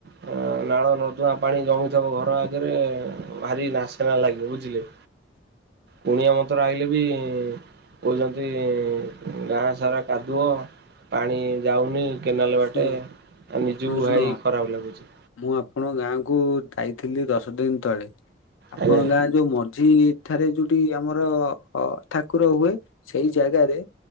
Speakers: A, on the right; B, on the left.
A: ହଁ ନାଳ ନଦୁଆଁ ପାଣି ଜମିଥିବ ଘର ଆଗରେ ଭାରି ନାସେନା ଲାଗିବ ବୁଝିଲେ। କୁଣିଆ ମନ୍ତ୍ର ଆଇଲେ‌ ବି କହୁଛନ୍ତି ଗାଁ ସାରା କାଦୁଅ ପାଣି ଯାଉନି। କେନାଲ ବାଟେ
B: ଶୁଣ
A: ଆ ନିଜକୁ
B: ଶୁଣ ଶୁଣ
A: ଭାଇ ଖରାପ ଲାଗୁଛି।
B: ମୁଁ ଆପଣଙ୍କ ଗାଁ କୁ ଯାଇଥିଲି ଦଶ ଦିନ ତଳେ ଆପଣଙ୍କ
A: ଆଜ୍ଞା
B: ଗାଁ ଯୋଉ ମ ଝି ଠାରେ ଯୋଉଠି ଆମର ଅ ଠାକୁର ହୁଏ ସେଇ ଜାଗାରେ